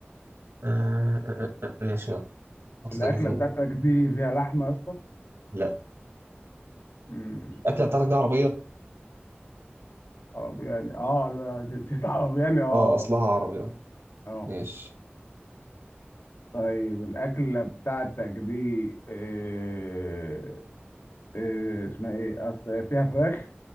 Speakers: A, on the right; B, on the left.
A: آه، آه، آه، آه، ماشي يلا حطيت
B: الاكله
A: اكل في دماغي
B: بتاعتك دي فيها لحمه يا اسطى
A: لا
B: مم.
A: الاكله بتاعتك دي عربيه
B: اه يعني اه لا نسيت اعرف يعني اه
A: اه اصلها
B: اه
A: عربيه
B: اه
A: ماشي
B: طيب الاكله بتاعتك دي إيه إيه اسمها ايه اصل هي فيها فراخ